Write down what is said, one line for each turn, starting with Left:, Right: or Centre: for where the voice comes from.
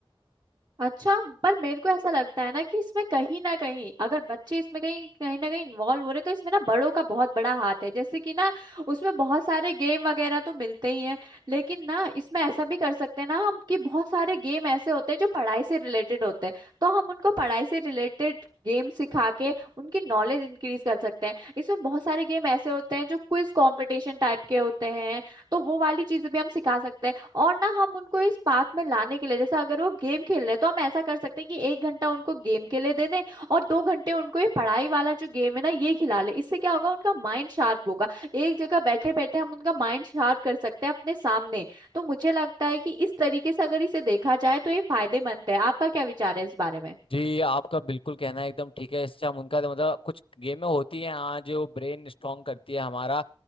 Right: अच्छा पर मेरे को ऐसा लगता है ना कि इसमें कहीं ना कहीं अगर बच्चे इसमें कहीं कहीं ना कहीं इन्वॉल्व हो रहे तो इसमें ना बड़ों का बहुत बड़ा हाथ है जैसे कि ना उसमें बहुत सारे गेम वगैरह तो मिलते ही हैं लेकिन ना इसमें ऐसा भी कर सकते हैं ना हम कि बहुत सारे गेम ऐसे होते हैं जो पढ़ाई से रिलेटेड होते हैं तो हम उनको पढ़ाई से रिलेटेड गेम सिखा के उनकी नॉलेज इंक्रीज कर सकते हैं इसमें बहुत सारे गेम ऐसे होते हैं जो क्विज कंपटीशन टाइप के होते हैं तो वो वाली चीजें भी हम सिखा सकते हैं और ना हम उनको इस पाथ में लाने के लिए जैसे अगर वो गेम खेल रहे हैं तो हम ऐसा कर सकते हैं कि एक घंटा उनको गेम के लिए दे दें और दो घंटे उनको ये पढ़ाई वाला जो गेम है ना ये खिला ले इससे क्या होगा उनका माइंड शार्प होगा एक जगह बैठे बैठे हम उनका माइंड शार्प कर सकते हैं अपने सामने तो मुझे लगता है कि इस तरीके से अगर इसे देखा जाए तो ये फायदेमंद है आपका क्या विचार है इस बारे में
Left: जी आपका बिल्कुल कहना है एकदम ठीक है इससे हम उनका तो मतलब कुछ गेमें होती हैं हाँ जो ब्रेन स्ट्रांग करती है हमारा